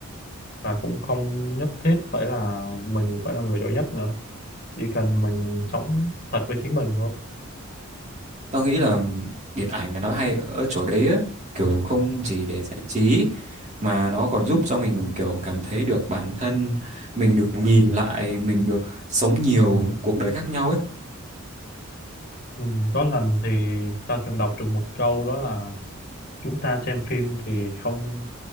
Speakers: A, on the left; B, on the right.
A: và cũng không nhất thiết phải là mình phải là người giỏi nhất nữa chỉ cần mình sống thật với chính mình thôi
B: tao nghĩ là điện ảnh là nó hay ở chỗ đấy á kiểu không chỉ để giải trí mà nó còn giúp cho mình kiểu cảm thấy được bản thân mình được nhìn lại mình được sống nhiều cuộc đời khác nhau ấy
A: ừ, có lần thì ta từng đọc được một câu đó là chúng ta xem phim thì không